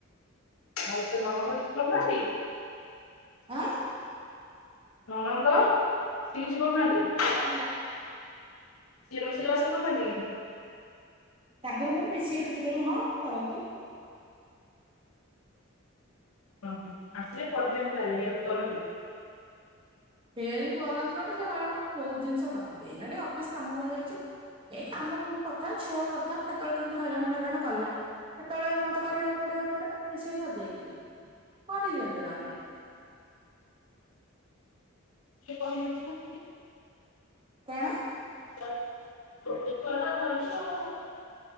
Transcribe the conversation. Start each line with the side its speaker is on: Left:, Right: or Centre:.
Left: ଆଉ <inaudible>
Right: ଆଁ।
Left: ନଣନ୍ଦ ସିଏ କିଛି କରୁନାହାନ୍ତି?
Right: କଣ ହେଲା?
Left: ସିଏ ରୋଷେଇ ବାସ କରୁନାହାଁନ୍ତି କି?
Right: ତାଙ୍କର ମୋର ମିଶିକି ରୁଟି କରିବୁ ହଁ କରନ୍ତି।
Left: ଅହ ଆସିଲେ କରିଦିଅନ୍ତି ହେଲେ ହେଲ୍ପ କରନ୍ତି।
Right: ହେଲ୍ପ କରନ୍ତି କଣ ସେ କହିବା କ ନା ବହୁତ ଜିନିଷ କରନ୍ତି ଏଇନା ଟିକେ ଅଫିସ କାମ ରହିଯାଉଛି। ଏଇ କାମକୁମି କଥା ଛୁଆ କଥା କେତେବେଳେ କେମିତି ହଇରାଣ ହଇରାଣ କଲା। ସେତେବେଳେ ମତେ କରିବାକୁ ପଡେ ଏ ପଡେ ମିଶେଇ ସଜେଇକି କରିଦିଅନ୍ତି ନହେଲେ।
Left: ସେ କଣ ମିଳିଲା?
Right: କଣ?
Left: <inaudible>